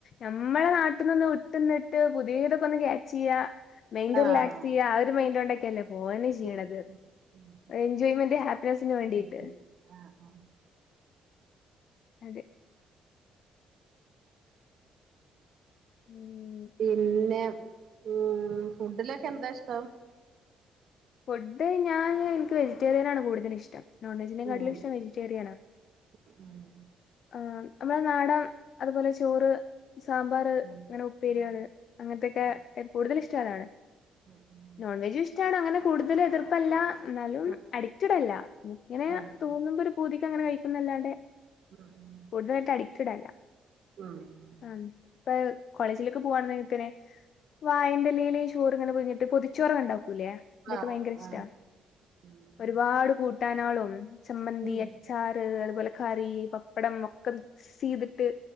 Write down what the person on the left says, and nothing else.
നമ്മളെ നാട്ടിന്നൊന്നു വിട്ട് നിന്നിട്ട് പുതിയതൊക്കെ ഒന്ന് ക്യാച്ച് ചെയുക - മൈന്റ്
റിലാക്സ് ചെയ്യ ആ ഒരു മൈൻന്റോണ്ടൊക്കെ ഹെലോ ഓനെന്നെ ഈ ചെയ്യണത്
എൻജോയ്മെന്റ് ഹാ ടേസ്റ്റിന് വേണ്ടീട്ട്
അതെ ഉം
ഫുഡ് ഞാന് എനിക്ക് വെജിറ്റേറിയൻ ആണ് കൂടുതലിഷ്ടം. നോൺവെജിനെകാട്ടിലും
ഇഷ്ടം വെജിറ്റേറിയനാ
ആ നമ്മള നാടൻ അതുപോലെ ചോറ് സാമ്പാറ്
അങ്ങനെ ഉപ്പേരികള്
അങ്ങനത്തൊക്കെ
എപ് കൂടുതലിഷ് ട്ടാണ്
നോൺ വെജും ഇഷ്ടാണ് അങ്ങനെ കൂടുതൽ എതിർപ്പല്ല എന്നാലും
അഡിക്റ്റഡല്ല ഇങ്ങനെ
തോന്നുമ്പോ ഒരു പൂതി അങ്ങനെ കഴിക്കുന്നല്ലാണ്ടെ
കൂടുതലായിട്ട് അഡിക്റ്റ്ടല്ല.
<inaudible> ഹ്മ്മ് ഇപ്പ കോളേജിലേക്ക് പോവാണെങ്കി പിന്നെ വാഴന്റെലെല് ചോറിങ്ങനെ പൊതിഞ്ഞിട്ട് പൊതിച്ചോറങ്ങനെണ്ടാ ക്കൂലെ അതൊക്കെ
ഭയങ്കരിഷ്ട്ടാ,
ഒരുപാട് കൂട് ട്ടാനെളും. ചമ്മന്തി,
അച്ചാറ് കള് നല്ല കറി, പപ്പ ടം ഒക്കെ മിക്സയിതിട്ട്,